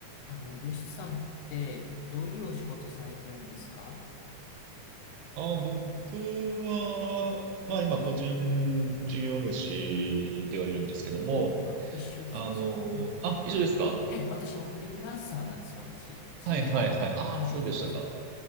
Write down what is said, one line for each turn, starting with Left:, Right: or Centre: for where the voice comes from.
Left: あの、よしさんって、どういうお仕事されてるんですか
Right: あ、僕は、まあ今個人事業主ではいるんですけども、
Left: あ、一緒ですね。
Right: あの、
Left: うん
Right: あ、以上ですか。
Left: え、私もフリーランサーなんです、私。自営業で。
Right: はいはいはい。あ、
Left: はい。
Right: そうでしたか。